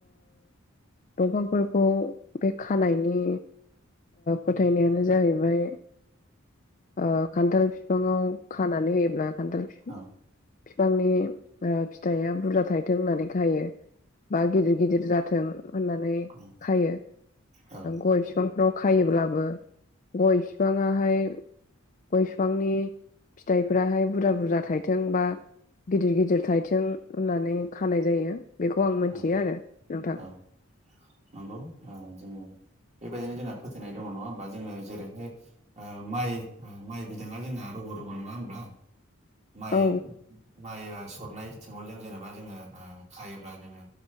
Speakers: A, on the left; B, on the right.
A: दंफांफोरखौ बे खानायनि फोथायनायानो जाहैबाय ओ खान्थाल बिफाङाव खानानै होयोब्ला खान्थाल
B: औ।
A: बिफांनि फिथाइआ बुरजा थायथों होननानै खायो बा गिदिर गिदिर जाथों होननानै
B: औ
A: खायो।
B: औ
A: गय फिफां फ्राव खायोब्लाबो गय बिफाङाहाय गय बिफांनि फिथाइफोराहाय बुरजा बुरजा थाइथों बा गिदिर गिदिर थाइथों होननानै खानाय जायो बेखौ आं मोनथियो
B: औ
A: आरो नोंथां।
B: औ नंगौ ओ जोङो बेबायदिनो जोंहा फोथायनाय दङ नङा होमबा? जोङो जेरैहाय ओ माइ माइ बिदाङा जोंना रग' रग' नङा होनब्ला? माइ
A: औ
B: माइया सरनाय थेवलजों जेनेबा जोङो ओ खायोब्ला जोङो